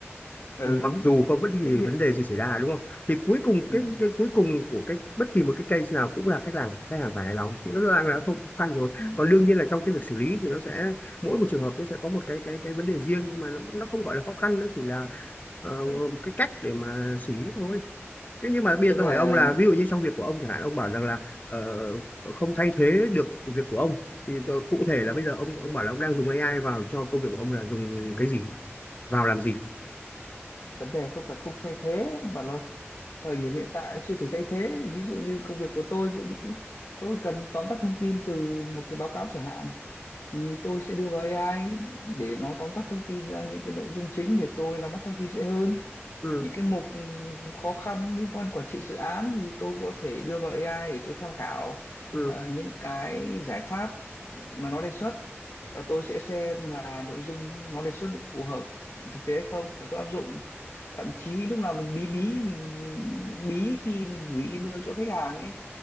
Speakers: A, on the left (about 75°); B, on the left (about 40°).
A: ừ
B: mặc
A: đúng
B: dù có bất kỳ
A: thế thì-
B: vấn đề gì xảy ra đúng không thì cuối cùng
A: ừ,
B: cái cái cuối cùng của cái bất kỳ một cái case nào cũng là khách hàng khách hàng phải hài lòng thì nó đang là không khó khăn rồi
A: ừ,
B: còn đương nhiên là trong cái việc xử lý thì nó sẽ mỗi một trường hợp nó sẽ có một cái cái cái vấn đề riêng nhưng mà nó, nó không gọi là khó khăn nó chỉ là ờ,
A: ừ.
B: cái cách để mà xử lý thôi thế nhưng mà bây giờ
A: tức
B: tôi
A: là
B: hỏi ông là ví dụ như trong việc của ông chẳng hạn ông bảo rằng là ờ, không thay thế được việc của ông thì ờ, cụ thể là bây giờ ông ông bảo là ông đang dùng AI vào cho công việc của ông là dùng cái gì vào làm gì
A: vấn đề không phải không thay thế mà là thời điểm hiện tại chưa thể thay thế ví dụ như công việc của tôi ví dụ những cái tôi cần tóm tắt thông tin từ một cái báo cáo chẳng hạn thì tôi sẽ đưa vào AI để nó tóm tắt thông tin ra những cái nội dung chính để tôi nắm bắt thông tin dễ hơn
B: ừ
A: những cái mục ừm, khó khăn liên quan quản trị dự án thì tôi có thể đưa vào AI để tôi tham khảo
B: ừ
A: ờ, những cái giải pháp mà nó đề xuất và tôi sẽ xem là nội dung nó đề xuất nó phù hợp thực tế hay không và tôi áp dụng thậm chí lúc nào mình bí bí mình bí khi mình gửi email cho khách hàng ấy